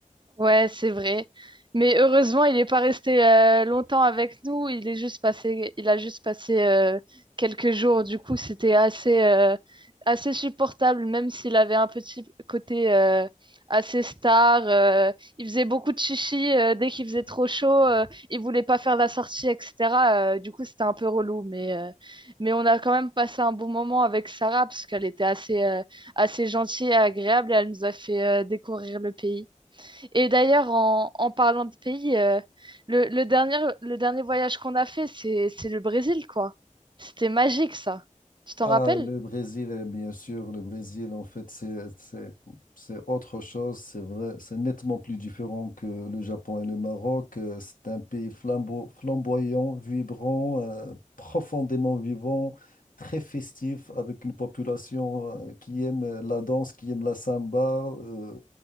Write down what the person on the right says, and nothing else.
Ouais, c'est vrai. Mais heureusement, il n'est pas resté euh, longtemps avec nous. Il est juste passé, il a juste passé euh, quelques jours. Du coup, c'était assez, euh, assez supportable, même s'il avait un petit côté euh, assez star. euh, il faisait beaucoup de chichi euh, dès qu'il faisait trop chaud. euh, il voulait pas faire la sortie, etc. euh, du coup, c'était un peu relou. Mais, euh, mais on a quand même passé un bon moment avec Sarah parce qu'elle était assez, euh, assez gentille et agréable et elle nous a fait euh, découvrir le pays. Et d'ailleurs, en, en parlant de pays, euh, le, le dernier, le dernier voyage qu'on a fait, c'est, c'est le Brésil, quoi. C'était magique, ça. Tu t'en
rappelles?